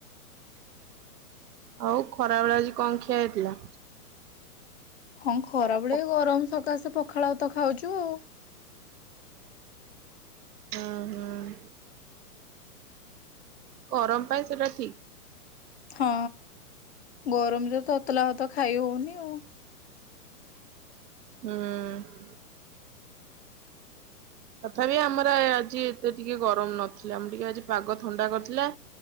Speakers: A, on the right (about 85°); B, on the left (about 45°).
A: ଆଉ ଖରାବେେଳେ ଆଜି କଣ ଖିଆ ହେଇଥିଲା?
B: ହଁ ଖରା ବେଳେ
A: ହୁଁ
B: ଗରମ ସକାଶେ ପଖାଳଭାତ ଖାଉଛୁ ଆଉ।
A: ହୁଁ ହୁଁ। ଗରମ ପାଇଁ ସେଇଟା ଠିକ।
B: ହଁ ଗରମରେ ତତଲା ଭାତ ଖାଇ ହଉନି ଆଉ।
A: ହୁଁ ଉ। ତଥାପି ଆମର ଆଜି ଏତେ ଟିକେ ଗରମ ନଥିଲା। ଆମର ଟିକେ ଆଜି ପାଗ ଥଣ୍ଡା କରିଥିଲା।